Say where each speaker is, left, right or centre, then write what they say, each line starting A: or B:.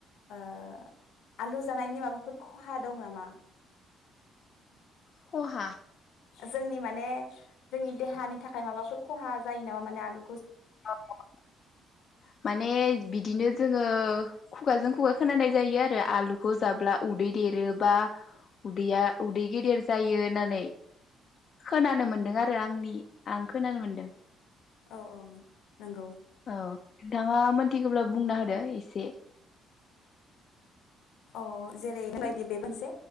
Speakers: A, on the left; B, on the left.
A: ओ आलु जानायनि माबाफोर खहा दं नामा?
B: खहा
A: जोंनि माने जोंनि देहानि थाखाय माबाफोर खहा जायो नामा माने आलु
B: <unintelligible> माने बिदिनो जोङो खुगाजों खुगा खोनानाय जायो आरो आलुखौ जाब्ला उदै देरोबा उदैया उदै गेदेर जायो होन्नानै। खोनानो मोन्दों आरो आंनि आं खोनानो मोन्दों।
A: औ औ नोंगौ।
B: औ नोंथाङा मोन्थिगौब्ला बुंना होदो एसे।
A: अ जेरै बेबायदि बे मोनसे